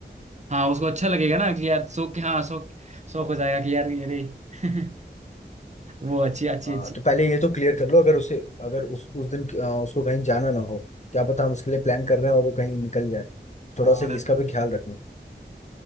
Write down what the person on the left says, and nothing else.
हाँ
तो पहले ये तो क्लियर कर लो अगर उसे अगर उस उस दिन अ, उसको कहीं जाना ना हो क्या पता हम उसके लिए प्लान कर रहे हैं और वो कहीं निकल जाए थोड़ा
सा इसका भी ख्याल रखना